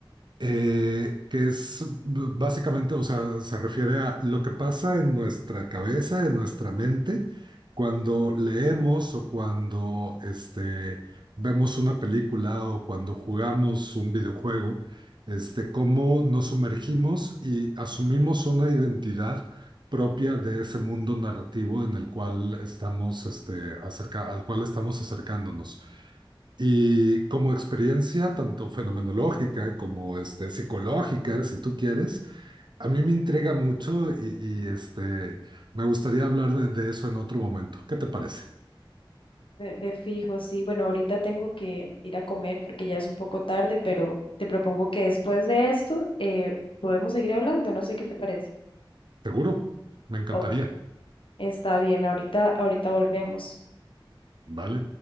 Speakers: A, on the right (about 60°); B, on the left (about 75°).
A: eh, que es b- básicamente, o sea, se refiere a lo que pasa en nuestra cabeza, en nuestra mente, cuando leemos o cuando este, vemos una película o cuando jugamos un videojuego, este, cómo nos sumergimos y asumimos una identidad propia de ese mundo narrativo en el cual estamos, este, acerca, al cual estamos acercándonos. Y como experiencia tanto fenomenológica como este, psicológica, si tú quieres, a mí me intriga mucho y, y, este, me gustaría hablar de, de eso en otro momento. ¿Qué te parece?
B: De, de fijo, sí. Bueno, ahorita tengo que ir a comer porque ya es un poco tarde, pero te propongo que después de esto eh, podemos seguir hablando. No sé qué te parece.
A: Seguro, me encantaría.
B: Ok. Está bien, ahorita, ahorita volvemos.
A: Vale.